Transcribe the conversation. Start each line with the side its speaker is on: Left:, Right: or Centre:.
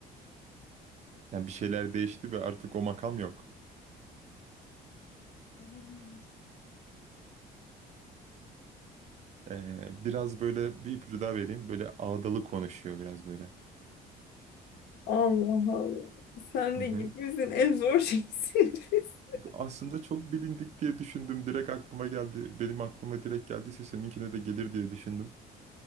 Right: Yani bir şeyler değişti ve artık o makam yok.
Left: Olur mu?
Right: E, biraz böyle bir ipucu daha vereyim. Böyle ağdalı konuşuyor biraz böyle.
Left: Allah Allah. Sen
Right: Hı
Left: de
Right: hı.
Left: gitmişsin. En zor şeysin. <laughs>
Right: Aslında çok bilindik diye düşündüm. Direkt aklıma geldi. Benim aklıma direkt geldiyse seninkine de gelir diye düşündüm.